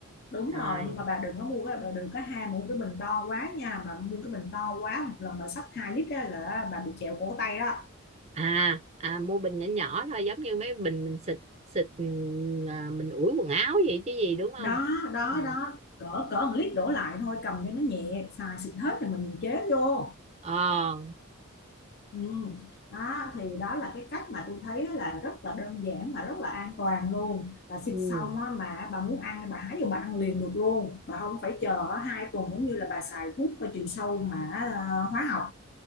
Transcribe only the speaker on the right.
rồi
à à mua bình nhỏ nhỏ thôi giống như mấy bình mình xịt xịt ừ, à, mình ủi quần áo vậy chứ gì đúng không
ờ
Ờ.
ừ.